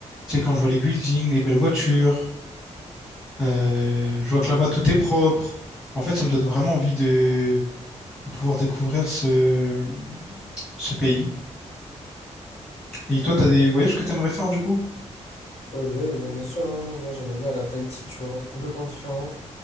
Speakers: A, on the left; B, on the left.
A: tu sais, quand je vois les buildings, les belles voitures, euh, je vois que là-bas, tout est propre. En fait, ça me donne vraiment envie de, de pouvoir découvrir ce, ce pays. Et toi, t'as des voyages que t'aimerais faire, du coup?
B: Ouais, bah ouais, moi, bien sûr, hein. Moi, j'aimerais bien aller à Tahiti, tu vois, complètement différent.